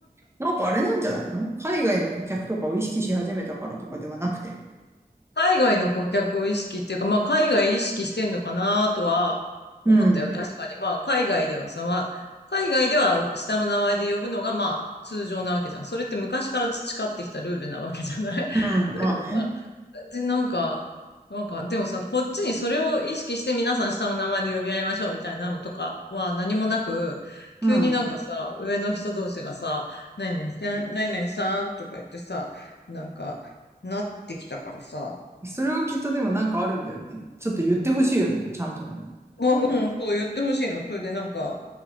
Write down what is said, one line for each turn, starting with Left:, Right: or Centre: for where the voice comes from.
Right: なんかあれなんじゃないの海外の顧客とかを意識し始めたからとかではなくて。
Left: 海外の顧客を意識っていうか、まあ、海外意識してんのかなとは思ったよ。
Right: うん、
Left: うん確かに。まあ、海外ではさ、まあ、海外では下の名前で呼ぶのが、まあ、通常なわけじゃん。それって昔から培ってきたルールなわけじゃない <laughs>
Right: うん、まあね。
Left: だけどさ、で、なんか、なんか、でもさ、こっちにそれを意識して皆さん下の名前で呼び合いましょうみたいなのとかは何もなく、
Right: うん。
Left: 急になんかさ、上の人同士がさ、何々さん、何々さんとか言ってさ、なんか、なってきたからさ、
Right: それはきっとでもなんかあるんだよね。ちょっと言ってほしいよね、ちゃんとね。
Left: まあ、うん、そう言ってほしいの。それでなんか